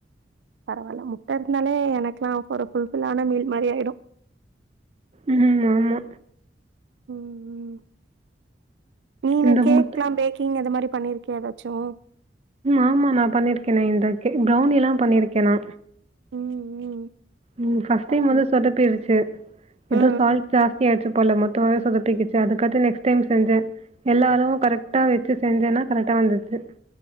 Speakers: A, on the right; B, on the right.
A: பரவாயல்ல மு இருனாலே எனக்குெல்லாம் ல்பில்ன மீல் மாரி ஆயிடும்
B: ம் ஆமா
A: ம் ம்
B: இந்த
A: நீ கேக்
B: முட்டை
A: எலாம் பேக்கிங் மாரி பண்ணிருக்கியா ஏதாச்சும்
B: ஆமா நான் பண்ணிருக்கேன் இந்பெளநீர் எல்லாம் பண்ணிருக்கேன் நா
A: ம் ம்
B: ம் பஸ்ட்
A: பரவால்ல
B: டைம் வந்து சொல்ல போய்டுச்சு ஏதோ
A: ஆ
B: சால்ட் ஜாஸ்தி ஏச்சி போல மொத்தமாகவே சுதுப்பிச்சு அதுக்காகத்து நெக்ஸ்ட் டைம் செஞ்சேன் எல்லா அளவும் கரெக்டா வச்சு செஞ்சேன்னா கரெக்டா வந்துச்சு